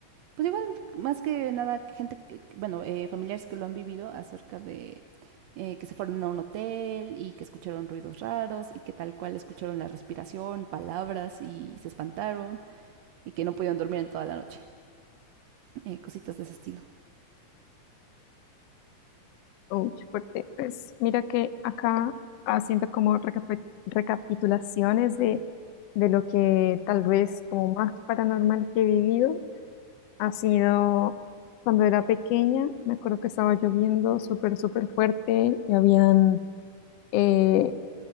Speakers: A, on the right; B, on the left.
A: pues igual, más que nada, gente, que- bueno, eh, familiares que lo han vivido acerca de eh, que se fueron a un hotel y que escucharon ruidos raros y que tal cual escucharon la respiración, palabras y se espantaron y que no pudieron dormir en toda la noche. Eh, cositas de ese estilo.
B: Uy, fuerte. Pues mira que acá haciendo como recapi- recapitulaciones de, de lo que tal vez como más paranormal que he vivido ha sido cuando era pequeña, me acuerdo que estaba lloviendo súper, súper fuerte y habían eh,